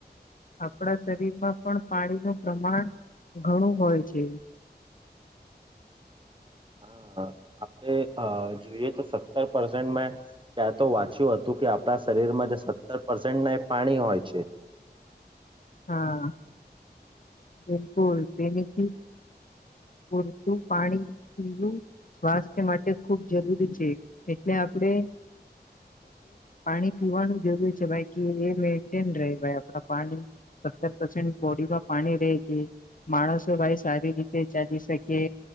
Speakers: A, on the left; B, on the right.
A: આપણા શરીરમાં પણ પાણીનું પ્રમાણ ઘણું હોય છે..
B: હા. આપણે જોઈએ તો સત પર્સેન્ટ મેં ક્યાં તો વાંચ્યું હતું કે આપણા શરીરમાં જે સત્તર પર્સેન્ટ ના એ પાણી હોય છે. છે
A: હા બિલકુલ. તે પૂરતું પાણી પીવું. સ્વાસ્થ્ય માટે ખૂબ જરૂરી છે એટલે આપડે પાણી પીવાનું જરૂર છે, ભાઈ કે એ મેન્ટેન રહે ભાઈ આપડા પાણી સત્તર પર્સેન્ટ બોડીમાં પાણી રે કે માણસો ભાઈ સારી રીતે ચાલી શકે